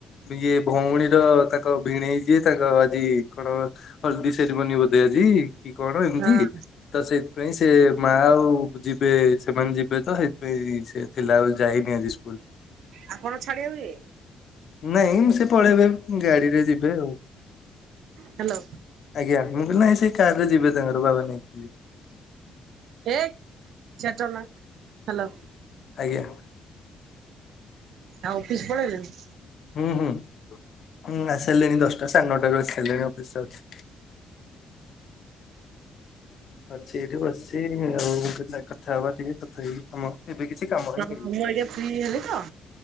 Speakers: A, on the left; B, on the right.
A: ଇଏ ଭଉଣୀର ତାଙ୍କ ଭିଣେଇ ଯିଏ ତାଙ୍କ ଆଜି କଣ ହଳଦୀ ସେରିମନି ବୋଧେ ଆଜି କି କଣ ଏମିତି
B: ହଁ
A: ତ ସେଥିପାଇଁ ସେ ମା ଆଉ ଯ ସେମାନେ ଯିବେ ତ ସେଥିାଇଁ ସେ ଥିଲା ଆଉ ଯାଇନି ଆଜି ସ୍କୁଲ।
B: ଆପଣ ଛାଡିବାକୁ ଯିବେ
A: ନାଇଁ ସେ ପଳେଇବେ ଗାଡିରେ ଯିବେ ଆଉ।
B: ହ୍ୟାଲୋ
A: ଆଜ୍ଞା ମୁଁ କହିଲ ନାଇଁ ସେ କାରରେ ଯିବେ ତାଙ୍କର ବାବା ନେଇକି ଯିବେ।
B: ଏଇ ସିଆଡେ ଚଢ଼ନା। ହ୍ୟାଲୋ।
A: ଆଜ୍ଞା।
B: ଆଉ ଅଫିସ ପଲେଇଲଣି?
A: ହୁଁ ହୁଁ ହଁ ଆସି ସାରିଲିଣି ଦଶଟା ସାଢ଼େ ନଅଟାରୁ ଆସି ସାରିଲେଣି ଅଫିସରେ ଅଛି। ଅଛି ଏଇଠି ବସିଛି ଆଉ <unintelligible> କଥା ହବା ଟିକେ କଥା ହେଇକି କାମ ଏବେ କିଛି କାମ
B: ହଁ
A: ହିଁ ନାହିଁ
B: ହଁ ମୁଁ ଏବେ ଫ୍ରି ହେଲିତ